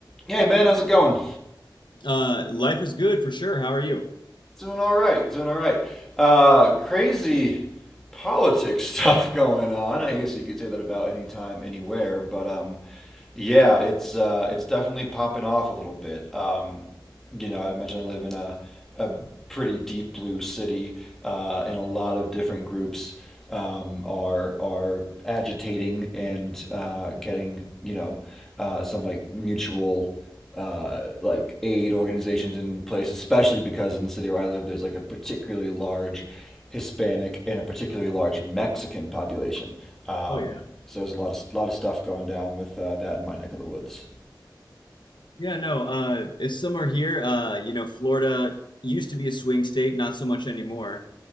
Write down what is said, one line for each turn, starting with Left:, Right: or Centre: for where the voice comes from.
Centre: Hey man, how's it going?
Left: Uh, life is good for sure. How are you?
Centre: Doing all right, doing all right. Uh, crazy politics <laughs> stuff going on. I guess you could say that about any time, anywhere. But um, yeah, it's uh, it's definitely popping off a little bit. Um, you know, I mentioned I live in a a pretty deep blue city, uh, and a lot of different groups um, are are agitating and uh, getting you know uh, some like mutual uh, like aid organizations in place, especially because in the city where I live, there's like a particularly large Hispanic and a particularly large Mexican population. Um,
Left: Oh yeah.
Centre: so there's a lot of lot of stuff going down with uh, that in my neck of the woods.
Left: Yeah, no, uh, it's summer here. Uh, you know, Florida used to be a swing state, not so much anymore.